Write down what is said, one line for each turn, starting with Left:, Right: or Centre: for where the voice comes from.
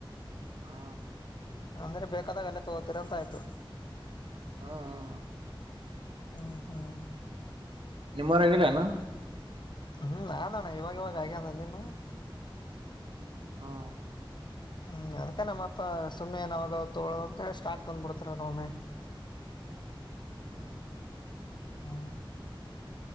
Right: ಹಾ
Left: ಅಂದ್ರೆ ಬೇಕಾದಾಗ ಎಲ್ಲ ತೊಗೋತೀರಂತ ಆಯ್ತು
Right: ಹಾ ಹಾ
Left: ಹ್ಮ್ ಹ್ಮ್
Right: ನಿಮ್ಮೂರಾಗಿಲ್ಲೇನು
Left: ಹ್ಮ್ ಆದಣ್ಣ ಇವಾಗ ಇವಾಗ ಆಗ್ಯದ ಅಲ್ಲಿನು
Right: ಹಾ
Left: ಹ್ಮ್ ಅದ್ಕ ನಮ್ಮಪ್ಪ ಸುಮ್ಮನೆನಾವಾಗ ತೊಗೊಳೋದು ಅಂತ ಸ್ಟಾಕ್ ತಂದ್ಬಿಡ್ತಾರ ವಮ್ಮೆ
Right: ಹ್ಮ
Left: ಹ್ಮ